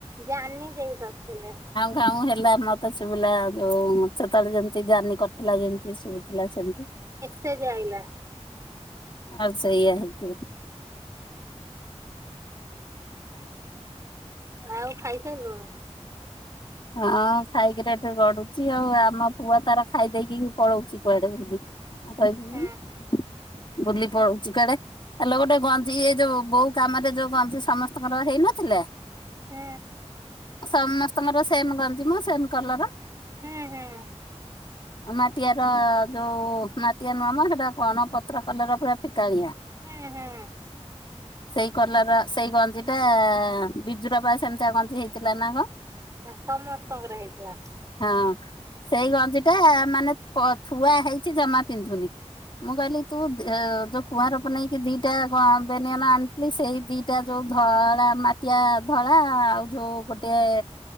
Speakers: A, on the right (about 25°); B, on the left (about 45°).
A: ଜାନି ଦେଇ କରୁଥିଲେ।
B: କାଉଁ ହେଲା ମତ୍ ତେ ଶୁଭିଲା ଯୋଉ ସେତେବେଳେ ଯେମିତି ଜାନି କରିଥିଲା ଯେମତି ଶୁଭୁଥିଲା ସେମତି।
A: ସେ ଯାଇଲା।
B: ଆଉ ସେଇଆ ହେଇଥିବ।
A: ଆଉ ଖାଇସାରଲୁଣି।
B: ହଁ ଖାଇକିରି ଏଠି ଗଡୁଚି ଆଉ ଆମ ପୁଅ ତାର ଖାଇ ଦେଇକି ପଳଉଚି କୁଆଡେ ବୁଲି। ଆଉ କରିବୁ
A: ହୁଁ
B: କୋନୁ ବୁଲି ପଳଉଚି କୁଆଡେ। ଆଲୋ ଗୋଟେ ଗଞ୍ଜି ଏ ଯୋଉ ବୋଉ କାମ ରେ ଯୋଉ ଗଞ୍ଜି ସମସ୍ତଙ୍କର ହେଇନଥିଲା।
A: ହୁଁ।
B: ସମସ୍ତଙ୍କର ସେମ ଗଞ୍ଜି ମ ସେମ କଲର
A: ହୁଁ ହୁଁ।
B: ମାଟିଆ ର ଯୋଉ ମାଟିଆ ନୁଆମ ସେଟା କଣ ପତ୍ର କଲର ପୁରା ଫିକାଳିଆ।
A: ହୁଁ ହୁଁ
B: ସେଇ କଲର ସେଇ ଗଞ୍ଜି ଟା ବିଜୁର ବା ସେମିତି ଗଞ୍ଜି ହେଇଥିଲା ନା କ
A: ସମସ୍ତଙ୍କର ହେଇଥିଲା।
B: ହଁ ସେଇ ଗଞ୍ଜି ଟା ମାନେ ଥୁଆ ହେଇଚି ଜମା ପିନ୍ଧୁନି ମୁଁ କହିଲି ତୁ ଯୋଉ କୁଆଁର ପୁନେଇକି ଦିଟା ଗ ବେନିଅନ୍ ଆଣିଥିଲି ସେଇ ଦିଟା ଯୋଉ ଧଳା ମା ଟିଆ ଧଳା ଆଉ ଯୋଉ ଗୋଟିଏ